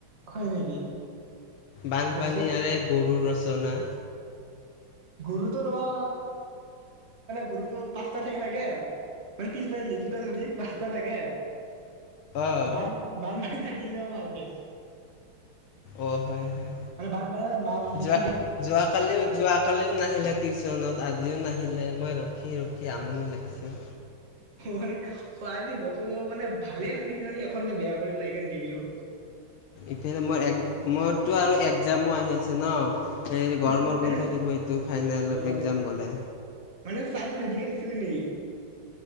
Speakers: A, on the right; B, on the left.
A: হয় নেকি?
B: বানপানী
A: আচ্ছা
B: আৰু এ গৰুৰ ৰচ চনা
A: গৰুটো ৰ, <unintelligible> গৰুটো পাঁচটা ঠেং থাকে, মানে পিছফালৰ লিটুটা ধৰি পাঁচটা থাকে।
B: অঁ
A: বান-বান <unintelligible> ভালকে
B: অ' হয় হয়।
A: মানে বানপানী মাছ বিশ
B: যোৱা যোৱাকালিও যোৱা কালিও নাহিলে টিউচনত, আজিও নাহিলে। মই ৰখি ৰখি আমনি লাগিছে।
A: মানে আজি বতৰ মানে ভালে আছিল, মানি এখন বেয়া কৰিল ন সেইকাৰণে নেগেলো
B: ইফালে মোৰ এক, মোৰতো আৰু একজামো আহি আছে ন? এই গৰমৰ
A: এনে
B: বন্ধ
A: এনে
B: দিব, এইটো ফাইনেল
A: অ
B: একজাম গ'লে।
A: মানে চাহটো ৰেডিকে থৈছিলি নেকি?